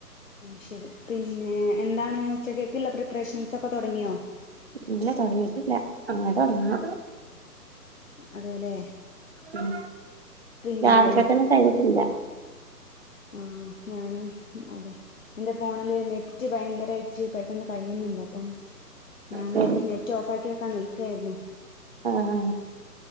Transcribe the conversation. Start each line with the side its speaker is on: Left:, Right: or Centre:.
Left: അഹ് ശരി പിന്നെ എന്താണ് ഉച്ചക്കേക്കുള്ള പ്രിപ്പറേഷൻസൊക്കെ തൊടങ്ങിയോ
Right: ഇല്ല തൊടങ്ങിയിട്ടില്ല അങ്ങനെ തൊടങ്ങണം
Left: അതെല്ലേ
Right: ഉം
Left: പിന്നെ
Right: രാവിൽക്കതന്നെ കഴിഞ്ഞിട്ടില്ല
Left: ആഹ് ഞാനും അതെ എന്റെ ഫോണില് നെറ്റ് ഭയങ്കരായിട്ട് പെട്ടെന്ന് കഴിയുന്നുണ്ട് അപ്പം ഞാന്
Right: ശരി
Left: നെറ്റ് ഓഫ് ആക്കിവെക്കാൻ നിൽക്കായിരുന്നു
Right: ആഹ് ആഹ്